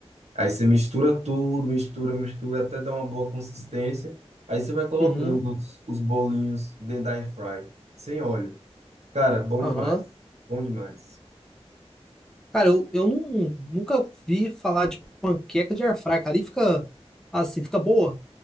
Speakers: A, on the right (about 85°); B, in the centre.
A: Aí você mistura tudo, mistura, mistura, até dar uma boa consistência. Aí você vai colocando
B: uhum,
A: os, os bolinhos dentro da air fry, sem óleo. Cara, bom
B: aham.
A: demais. Bom demais.
B: Cara, eu, eu não, nunca vi falar de panqueca de airfry, cara. E fica assim, fica boa,